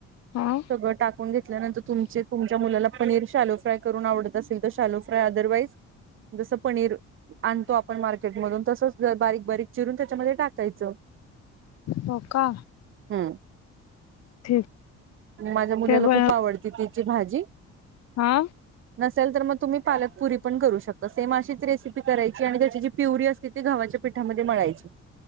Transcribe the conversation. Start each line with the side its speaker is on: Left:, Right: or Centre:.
Left: हा.
Right: सगळं टाकून घेतल्यानंतर तुम तुमच्या मुलाला पनीर शॅलो फ्राय करून आवडत असेल तर शॅलो फ्राय अदरवाईज. जसं पनीर. आणतो आपण मार्केटमधून तसच बारीक बारीक चिरून त्याच्यामध्ये टाकायचं.
Left: हो का?
Right: हम्म.
Left: ठीक
Right: माझ्या मुलाला
Left: ते ब
Right: खूप आवडती तिची भाजी.
Left: हा.
Right: नसेल तर मग तुम्ही पालकपुरी पण करू शकता. सेम अशीच रेसिपी करायची आणि त्याची जी प्युरी असते ती घावाच्या पिठामध्ये मळायची.